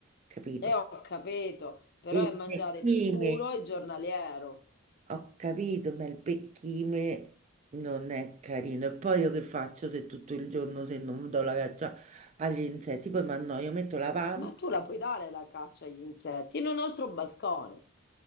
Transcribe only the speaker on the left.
E ho capito, però
è mangiare
sicuro e giornaliero.
Ma tu la puoi dare la caccia agli insetti in un altro balcone.